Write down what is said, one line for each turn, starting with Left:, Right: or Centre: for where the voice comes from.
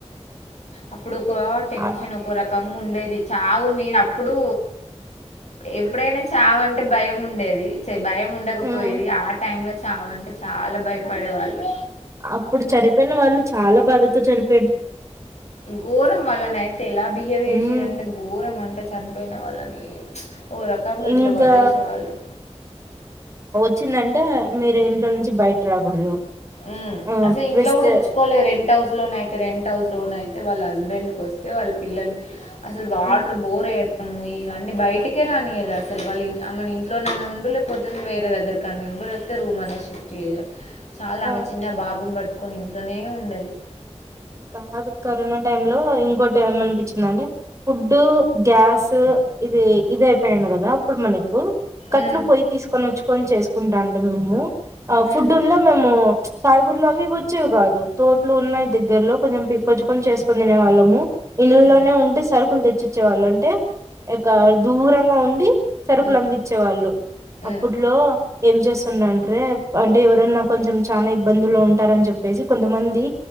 Left: అప్పుడొక టెన్షన్
Right: అ
Left: ఒక రకంగా ఉండేది చావు మీన అ ప్పుడు ఎప్పుడైనా చావంటే భయం ఉండేది భయం ఉండకపోయేది
Right: హ్మ్.
Left: ఆ టైంలో చావంటే చాలా భయపడే వాళ్ళు
Right: అప్పుడు చనిపోయిన వాళ్ళు చాలా బాధతో చనిపో
Left: ఘోరం వల్లనైతే ఎలా బిహేవ్ చేసిరంటే
Right: మ్మ్
Left: ఘోరం అంటే చనిపోయిన వాళ్ళని ఓ రకంగా
Right: ఇంకా
Left: ఇట్లా పడేసేవాళ్ళు
Right: చ్చిందంటే మీరు ఇంట్లో నుంచి బయట రాకూడదు
Left: ఉమ్మ్
Right: ఆ
Left: అసలు
Right: ట్విస్ట్
Left: ఇంట్లో కూడా ఉంచుకోలే రెంట్ హౌస్‌లోన అయితే రెంట్ హౌస్ లోన అయి తే వాళ్ళ హస్బెండ్కోస్తే వాళ్ళ పిల్లలు అసలు వాటర్
Right: హ్మ్.
Left: బోర్ ఎయ్ ఇవన్నీ బయటికే రానియాలే అసలు వాళ్ళు అమేను ఇంట్లోనన్న ఉండు లేకపోతే నువ్వు వేరే దగ్గరకి అన ముందే చెప్తే రూమ్ అన్న షిఫ్ట్ చేయ చాలా ఆమె
Right: ఆ
Left: చిన్న బాబుని పట్టుకొని ఇంట్లోనే ఉండది
Right: కాదు కరోనా టైమ్ లో ఇంకోటి ఏమనిపిచిందంటే ఫుడ్డు గ్యాస్సు ఇది ఇది అయిపోయిడ కదా అప్పుడు మన కు కట్లు
Left: ఉమ్
Right: పోయి తీసుకొని వచ్చుకొని చేసుకుంటంటిమి మేము ఆ
Left: ఉమ్
Right: ఫుడ్ ఉండే మేము కాయగూరలు అవి వచ్చేవి కాదు తోట్లు ఉన్నాయి దగ్గరలో కొంచెం పికొచ్చుకొని చేసుకుని తిననేవాళ్ళము ఇండ్లులోనే
Left: ఉమ్
Right: ఉంటే సరుకులు తెచ్చిచ్చేవాళ్ళ అంటే యేక్క దూరంగా ఉండి సరుకులు
Left: ఉమ్
Right: అందించే వాళ్ళు అప్పుట్లో
Left: ఉమ్
Right: ఏం చేస్తుండంట్రే అంటే ఎవరన్నా కొంచెం చానా ఇబ్బందుల్లో ఉంటారని చెప్పేసి కొంతమంది